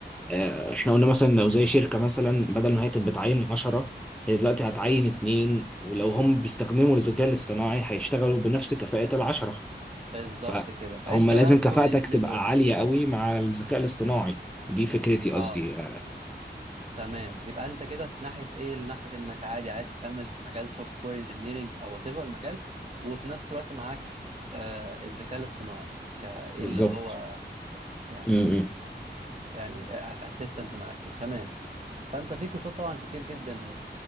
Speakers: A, in the centre; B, on the right.
A: اه، احنا قلنا مثلا لو زي شركة مثلا بدل ما هي كانت بتعين 10 هي دلوقتي هتعين اتنين ولو هم بيستخدموا الذكاء الاصطناعي هيشتغلوا بنفس كفاءة العشرة
B: بالظبط
A: فهم
B: كده فانت
A: لازم
B: بقى تكون
A: كفاءتك
B: من الاثنين
A: تبقى
B: دولت
A: عالية قوي مع الذكاء الاصطناعي دي فكرتي قصدي
B: اه
A: آه،
B: تمام يبقى انت كده في ناحيه ايه ناحيه انك عادي عايز تكمل في مجال سوفت وير انجينيرنج او وات ايفر المجال وفي نفس الوقت معاك آه الذكاء الاصطناعي كايه
A: بالظبط
B: اللي هو يعني
A: م- م.
B: يعني اسيستنت معاك كده. تمام فانت في كورسات طبعا كتير جدا